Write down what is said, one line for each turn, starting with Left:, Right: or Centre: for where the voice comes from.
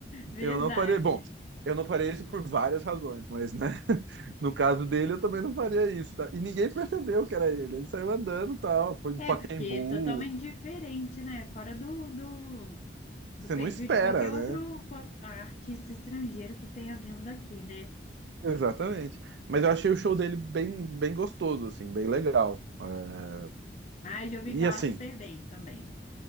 Left: Verdade.
Right: Eu não faria. Bom, eu não faria isso por várias razões, mas, né? No caso dele, eu também não faria isso, tá? E ninguém percebeu que era ele. Ele saiu andando e tal. Foi no
Left: É,
Right: Pacaembu.
Left: porque é totalmente diferente, né? Fora do, do, do
Right: Você
Left: perfil
Right: não espera,
Left: de qualquer outro
Right: né?
Left: co- artista estrangeiro que tenha vindo aqui, né?
Right: Exatamente. Mas eu achei o show dele bem, bem gostoso, assim, bem legal. É,
Left: Ah, já ouvi falar
Right: E assim.
Left: super bem também.